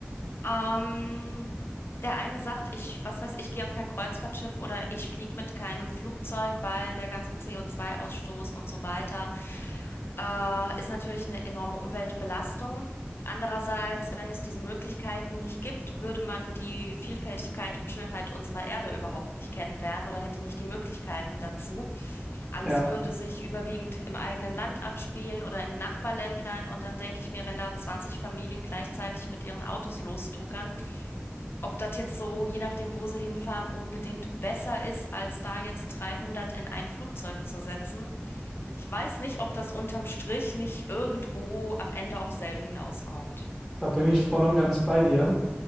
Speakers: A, on the left; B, in the centre.
A: Ähm, der eine sagt, ich, was weiß ich, gehe auf kein Kreuzfahrtschiff oder ich fliege mit keinem Flugzeug, weil der ganze CO2-Ausstoß und so weiter äh, ist natürlich eine enorme Umweltbelastung. Andererseits, wenn es diese Möglichkeiten nicht gibt, würde man die Vielfältigkeit und Schönheit unserer Erde überhaupt nicht kennenlernen oder hätte nicht die Möglichkeiten dazu. Alles
B: Ja,
A: würde sich überwiegend im eigenen Land abspielen oder in den Nachbarländern. Und dann denke ich mir, wenn da 20 Familien gleichzeitig mit ihren Autos lostuckern, ob das jetzt so, je nachdem, wo sie hinfahren, unbedingt besser ist, als da jetzt 300 in ein Flugzeug zu setzen. Ich weiß nicht, ob das unterm Strich nicht irgendwo am Ende auf selbe hinauskommt.
B: da bin ich voll und ganz bei dir.